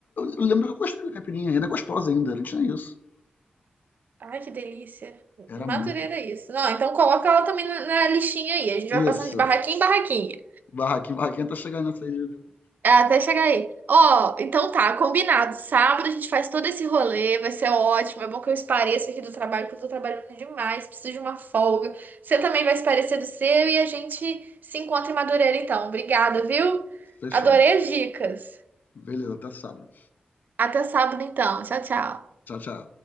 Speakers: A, on the left; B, on the right.
A: eu lembro que eu gostei da caipirinha, ainda é gostosa ainda, não tinha isso.
B: Ai, que delícia.
A: Era
B: Madureira
A: muito.
B: é isso. Não, então coloca ela também na, na listinha aí. A gente vai passando
A: Isso.
B: de barraquinha em barraquinha.
A: Barraquinha, barraquinha tá chegando nessa aí. de- de-
B: É, Até chegar aí. Ó, então tá, combinado. Sábado a gente faz todo esse rolê, vai ser ótimo. É bom que eu espareça aqui do trabalho, porque eu tô trabalhando demais, preciso de uma folga. Você também vai esparecer do seu e a gente se encontra em Madureira então. Obrigada, viu?
A: Fechou.
B: Adorei as dicas.
A: Beleza, até sábado.
B: Até sábado então. Tchau, tchau.
A: Tchau, tchau.